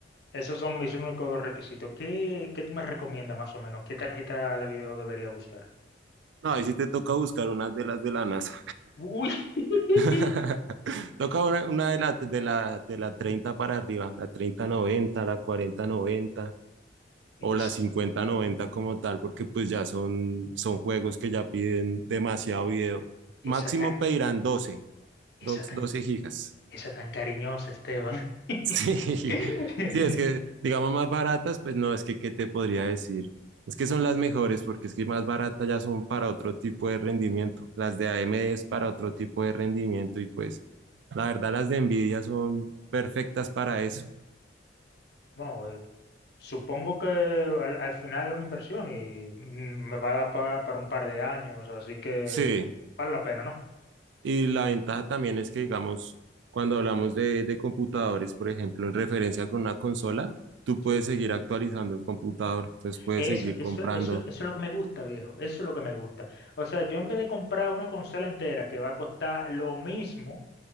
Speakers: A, on the left; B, on the right.
A: Esos son mis únicos dos requisitos. ¿Qué, qué tú me recomiendas más o menos? ¿Qué tarjeta de video debería buscar?
B: No, ahí sí te toca buscar unas de las de la NASA.
A: Uy. <laughs>
B: <laughs> Toca una, una de la, de la, de la treinta para arriba, la treinta noventa, la cuarenta noventa
A: Yes.
B: o la cincuenta noventa como tal, porque pues ya son, son juegos que ya piden demasiado video.
A: Esa
B: Máximo
A: tan,
B: pedirán doce
A: esa
B: doce
A: tan
B: gigas.
A: Esa tan cariñosa, Esteban. <laughs>
B: Sí, <laughs> sí, es que, digamos, más baratas, pues no, es que, ¿qué te podría decir? Es que son las mejores, porque es que más baratas ya son para otro tipo de rendimiento. Las de AMD es para otro tipo de rendimiento y pues, la verdad, las de Nvidia son perfectas para eso.
A: Bueno, eh, supongo que al, al final es una inversión y mm, me va a dar pa- para un par de años, así que
B: Sí,
A: vale la pena, ¿no?
B: y la ventaja también es que, digamos, cuando hablamos de, de computadores, por ejemplo, en referencia con una consola, tú
A: Sí.
B: puedes seguir actualizando el computador, entonces puedes
A: Eso,
B: seguir
A: eso,
B: comprando.
A: eso, eso es lo que me gusta, viejo. Eso es lo que me gusta. O sea, yo en vez de comprar una consola entera que va a costar lo mismo,